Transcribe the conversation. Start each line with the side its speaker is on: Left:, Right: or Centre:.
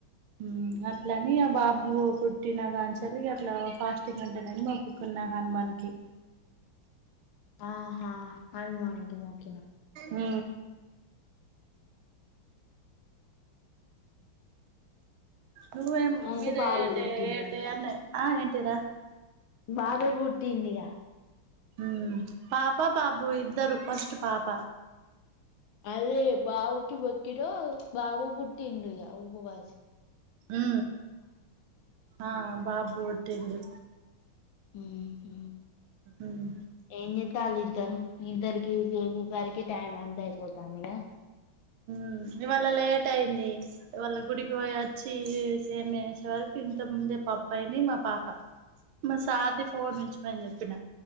Right: ఉమ్, అట్లని. ఆ బాబు పుట్టిన కంచెల్లి, ఇగ అట్లా ఫాస్టింగ్ అంటానని మొక్కుకున్నా. న్నా హనుమాన్ కి
Left: ఆహా హనుమాన్ కిమో
Right: ఊ నువ్వేం
Left: అయితే
Right: మీరేడే
Left: బావ పుట్టిండు
Right: ఏడన్న ఆ ఏంటిది రా
Left: బాబే పుట్టిందిగా
Right: ఊ పాప బాబు ఇద్దరు ఫస్ట్ పాప
Left: అదే బావుకి మొక్కిన బావు పుటిండు ఇగ ఉపవాసి
Right: ఊ ఆ బాబు ఉటిండు
Left: ఊహు
Right: మ్మ్
Left: ఏంజెతల్ ఇద్ ఇద్దరు ఇద్దరికి చేసేసరికి టైమ్ అంత అయిపోతాందిగా
Right: ఉ ఇవాళ లేట్ అయింది ఇవాళ్ళ గుడికి పోయి వచ్చి సేమ్ వేసే వరకు ఇంత ముందు దే పప్పయింది మా పాప మ సార్ ది ఫ్ ఫోన్ ఉంచుమని చెప్పిన